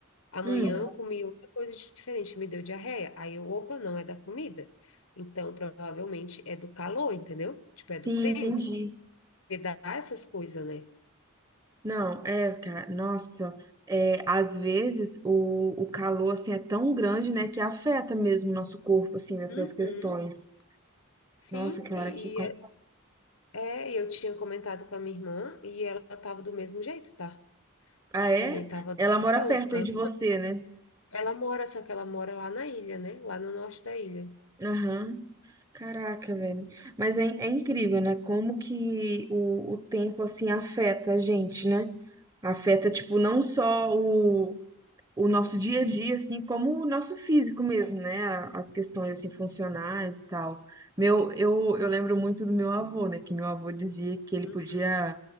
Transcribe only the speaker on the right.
Hum,
sim,
entendi.
Não, é, cara, nossa, é, às vezes o, o calor, assim, é tão grande, né, que afeta mesmo o nosso corpo, assim, nessas
questões.
Nossa, que
hora que... com-
Ah, é?
Ela mora
perto
aí de você, né?
Aham, Caraca, velho. Mas é, é incrível, né, como que o, o tempo, assim, afeta a gente, né? afeta, tipo, não só o, o nosso dia a dia, assim, como o nosso físico mesmo, né? A- As questões, assim, funcionais e tal. Meu, eu, eu lembro muito do meu avô, né? Que meu avô dizia que ele
podia...